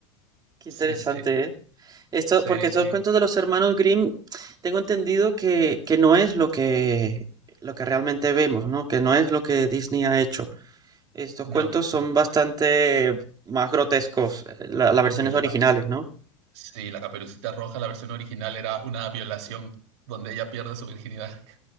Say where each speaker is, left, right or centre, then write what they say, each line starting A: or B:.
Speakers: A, on the right (about 25°); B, on the right (about 65°).
A: Qué
B: Sí,
A: interesante,
B: sí,
A: ¿eh? Esto,
B: sí,
A: porque estos
B: sí.
A: cuentos de los hermanos Grimm, tengo entendido que, que no es lo que, lo que realmente vemos, ¿no? Que no es lo que Disney ha hecho. Estos
B: No,
A: cuentos son bastante más grotescos, eh, la- las versiones
B: hombre, la,
A: originales, ¿no?
B: Sí, la Caperucita Roja, la versión original era una violación donde ella pierde su virginidad. <laughs>